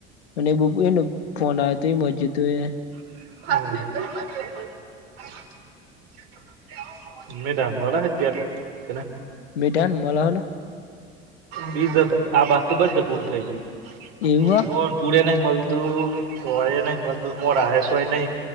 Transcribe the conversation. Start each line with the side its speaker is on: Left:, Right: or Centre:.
Left: અને એ બો એનું ફોન આયો તો એમજ હતું એ
Right: <inaudible>
Left: મેદન મલહાનો
Right: બીજા તો આ બાજ તો બધે પૂરું થઈ ગયું
Left: એવું હ
Right: કોણ પુડે ન મલ તો તો એ નહી મજું મરા હે શો એ નહી